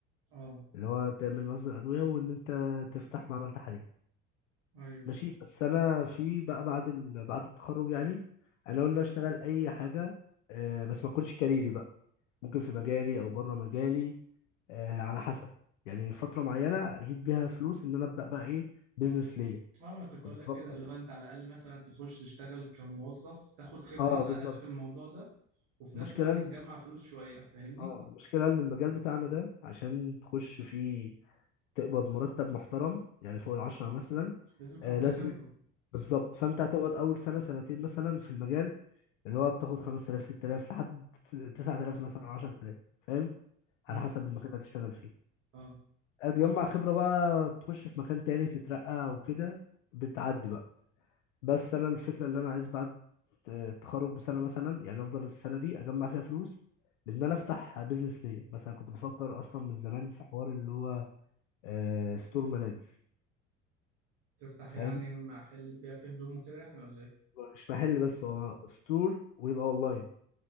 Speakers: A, on the right; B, on the left.
A: أه
B: اللي هو تعمل مصدر ادويه وان انت تفتح معمل تحاليل
A: أيوه
B: ماشي بس انا في بقى بعد ال... بعد التخرج يعني انا قلنا اشتغل اي حاجه آه، بس ما تكونش كاريري بقى ممكن في مجالي او بره مجالي آه على حسب يعني فترة معينة أجيب بيها فلوس إن أنا أبدأ بقى إيه بيزنس ليا
A: اه انا كنت
B: كنت
A: اقول
B: بفكر
A: لك كده اللي هو انت على الاقل مثلا تخش تشتغل كموظف تاخد خبره
B: أه
A: على
B: بالظبط
A: الاقل في الموضوع ده وفي
B: المشكلة
A: نفس الوقت تجمع
B: إن-
A: فلوس شويه فاهمني
B: أه المشكلة إن المجال بتاعنا ده عشان تخش فيه تقبض مرتب محترم يعني فوق العشرة مثلا
A: لازم يكون
B: آه
A: عندك
B: لازم
A: خبره
B: بالظبط فأنت هتقعد أول سنة سنتين مثلا في المجال اللي هو بتاخد 5000 6000 لحد 9000 مثلا 10000 فاهم على
A: امم
B: حسب المكان اللي هتشتغل فيه
A: اه
B: هتجمع خبرة بقى تخش في مكان تاني تترقى وكده بتعدي بقى بس انا الفكره اللي انا عايز بعد التخرج بسنه مثلا يعني افضل السنه دي اجمع فيها فلوس لان انا افتح بيزنس ليا مثلا كنت بفكر اصلا من زمان في حوار اللي هو آه، ستور ملابس
A: تفتح
B: فاهم
A: يعني محل تبيع فيه هدوم وكده يعني ولا ايه
B: هو مش محل بس هو ستور ويبقى اونلاين